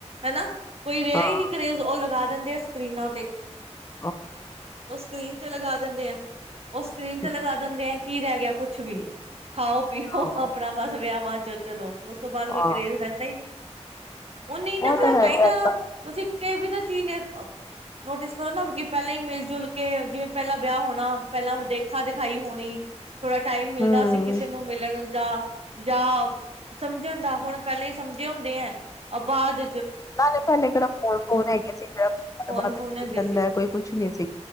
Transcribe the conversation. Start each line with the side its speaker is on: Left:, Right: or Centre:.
Right: ਹਨਾ ਕੋਈ ਰਿਹਾ
Left: ਹਾਂ
Right: ਹੀ ਨਹੀਂੀ ਕਰੇਜ਼ ਉਹ ਲਗਾ ਦਿੰਦੇ ਆ ਸਕਰੀਨਾਂ ਤੇ
Left: ਹ
Right: ਉਹ ਸਕਰੀਨ ਤੇ ਲਗਾ ਦਿੰਦੇ ਆ ਉਹ ਸਕਰੀਨ
Left: ਹੈ।
Right: ਤੇ ਲਗਾ ਦਿੰਦੇ ਆ ਕੀ ਰਹਿ ਗਿਆ ਕੁੱਛ ਵੀ ਨੀ ਖਾਓ ਪੀਓ
Left: ਹਾਂ
Right: ਆਪਣਾ ਬਸ ਵਿਆਵਾਂ ਚ ਚਲੋ ਉਸ ਤੋਂ ਬਾਅਦ ਕੋਈ
Left: ਹਾਂ
Right: ਕਰੇਜ ਰਹਿੰਦਾ ਹੀ ਨਹੀਂ ਉਹ ਨਹੀਂ ਨਾ ਫਿਰ
Left: ਤਾਂ ਹੈ
Right: ਤਾਂਈ
Left: ਹੀ ਹੈ।
Right: ਤਾ ਤੁਸੀਂ ਵੀ ਤਾਂ ਚੀਜ਼ ਨੋਟਿਸ ਕਰੋ ਨਾ ਲਈ ਮਿਲ ਜੁਲ ਕੇ ਜਿਵੇਂ ਪਹਿਲਾਂ ਵਿਆਹ ਹੋਣਾ ਪਹਿਲਾਂ ਦੇਖਾ ਦਿਖਾਈ ਹੋਣੀ ਥੋੜਾ ਟਾਈਮ ਮਿਲਦਾ
Left: ਹੂੰ
Right: ਸੀ ਕਿਸੇ ਨੂੰ ਮਿਲਣ ਦਾ ਜਾਂ ਸਮਝਣ ਦਾ ਹੁਣ ਪਹਿਲੇਾਂ ਹੀ ਸਮਝੇ ਹੁੰਦੇ ਹੈ ਆਬਾਦ
Left: ਨਾਲੇ ਪਲੇ ਕਿਹੜਾ ਫੋਨ ਫੋਨ ਹੈਗੇ ਸੀੱਲਬਾਤ
Right: ਕੌਣ ਫੋਨ ਹੈਗੇ
Left: ਕਰ ਜਾਂਦਾ
Right: ਸੀ
Left: ਕੋਈ ਕੁਛ ਨੀ ਸੀ